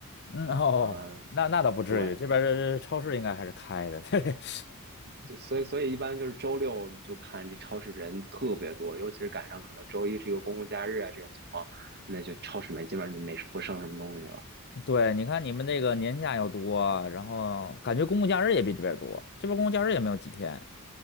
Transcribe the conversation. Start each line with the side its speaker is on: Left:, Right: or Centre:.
Left: 嗯哦，
Right: 啊、嗯，
Left: 那那倒不至于，
Right: 对，
Left: 这边儿这超市应该还是开的。<laughs>
Right: 就所以所以一般就是周六就看这超市人特别多，尤其是赶上可能周一是一个公共假日啊这种情况，那就超市里面基本上就没不剩什么东西了。
Left: 对，你看你们这个年假又多，然后感觉公共假日也比这边儿多，这边儿公共假日也没有几天。